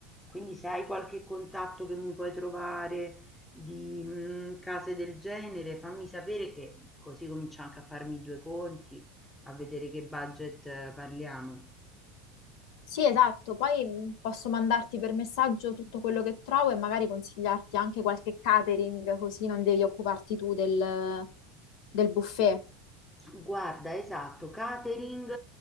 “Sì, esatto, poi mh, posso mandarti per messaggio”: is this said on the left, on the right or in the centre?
Left